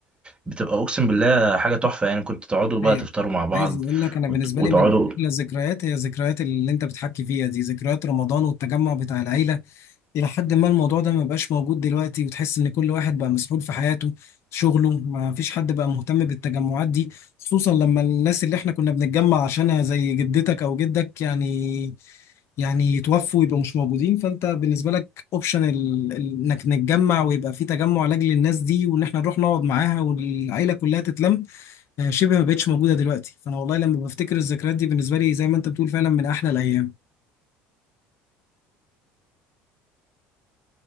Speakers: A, on the right; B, on the left.
A: بتبقى اقسم بالله حاجه تحفه يعني كنت تقعدوا بقى
B: هي.
A: تفطروا مع بعض
B: عايز اقول لك انا بالنسبه
A: وت- وتقعدوا
B: لي من احلى الذكريات هي ذكريات اللي انت بتحكي فيها دي ذكريات رمضان والتجمع بتاع العيله إلى حد ما الموضوع ده ما بقاش موجود دلوقتي وتحس إن كل واحد بقى مسحول في حياته شغله ما فيش حد بقى مهتم بالتجمعات دي خصوصا لما الناس اللي إحنا كنا بنتجمع عشانها زي جدتك أو جدك يعني يعني يتوفوا ويبقوا مش موجودين فأنت بالنسبة لك أوبشن إنك نتجمع ويبقى في تجمع لأجل الناس دي وإن إحنا نروح نقعد معاها والعيلة كلها تتلم آه، شبه ما بقتش موجودة دلوقتي فأنا والله لما بفتكر الذكريات دي بالنسبة لي زي ما أنت بتقول فعلا من أحلى الأيام